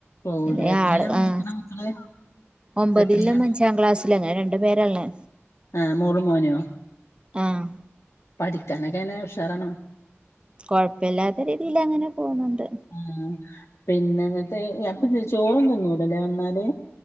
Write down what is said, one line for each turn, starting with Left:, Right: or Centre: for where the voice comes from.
Left: പോവൂലെ
Right: പിന്നെ
Left: എത്രയിലാ
Right: ആള്
Left: പഠിക്കണ
Right: ആഹ
Left: മക്കള്
Right: ഒമ്പതിലും
Left: എത്രയിലാ
Right: ഒന്ന് അഞ്ചാം ക്ലാസ് ങ്ങനെ രണ്ടു പേരല്ലേ
Left: ആഹ് മോളും മോനോ
Right: ആഹ്
Left: പഠിക്കാനൊക്കെങ്ങനെ ഉഷാറാണോ
Right: കൊഴപ്പില്ലാത്ത രീതിയിലങ്ങനെ പോന്നുണ്ട്
Left: ആ പിന്നെ <unintelligible> അപ്പൊ ചോറൊന്നു തീന്നൂലലെ വന്നാല്